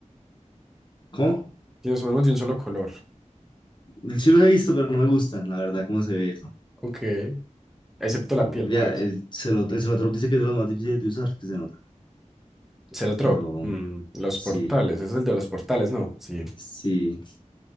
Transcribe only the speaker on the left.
¿Cómo?
El sí los he visto, pero no me gustan, la verdad, cómo se ve eso.
No,
ya,
el Celotrop dice que es de los más difíciles de usar, que se nota.
Pero
sí,
sí.